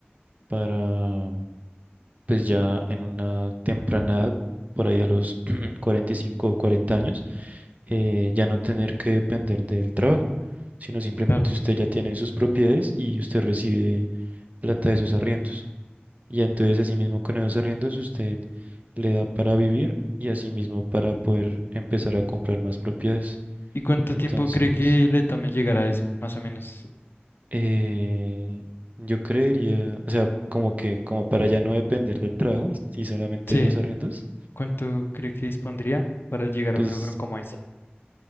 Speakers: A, on the right; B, on the left.
A: para pues ya en una temprana edad, por ahí a los <clears throat> 45 o 40 años, eh, ya no tener que depender del trabajo, sino simplemente
B: Claro.
A: usted ya tiene sus propiedades y usted recibe plata de esos arriendos. Y entonces asimismo con esos arriendos usted le da para vivir y asimismo para poder empezar a comprar más propiedades.
B: ¿Y cuánto
A: Entonces,
B: tiempo cree que le tome llegar a eso, más o menos?
A: eh, yo creería, o sea, como que como para ya no depender del trabajo y, y solamente
B: Sí,
A: de los arriendos,
B: ¿cuánto cree que dispondría para llegar
A: pues
B: a un logro como ese?